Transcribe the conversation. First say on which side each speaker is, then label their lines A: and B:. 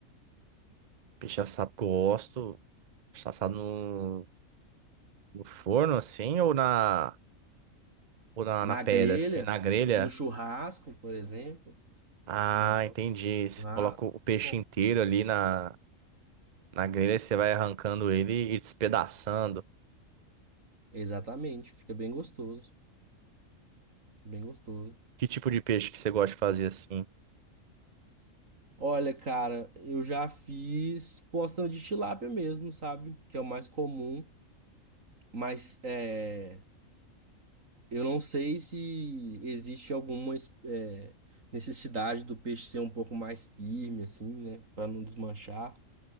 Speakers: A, on the right; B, on the right.
A: Peixe assado que eu gosto. Assado no, no forno, assim, ou na, ou na,
B: Na
A: na pedra,
B: grelha,
A: assim, na grelha.
B: no churrasco, por exemplo.
A: Ah,
B: Uma posta
A: entendi.
B: de
A: Você
B: churrasco.
A: coloca o peixe
B: Bom,
A: inteiro ali na, na grelha e você vai arrancando ele e despedaçando.
B: exatamente. Fica bem gostoso. Bem gostoso.
A: Que tipo de peixe que você gosta de fazer assim?
B: Olha, cara, eu já fiz postão de tilápia mesmo, sabe? Que é o mais comum. Mas é. Eu não sei se existe alguma es- eh, necessidade do peixe ser um pouco mais firme, assim, né? Pra não desmanchar.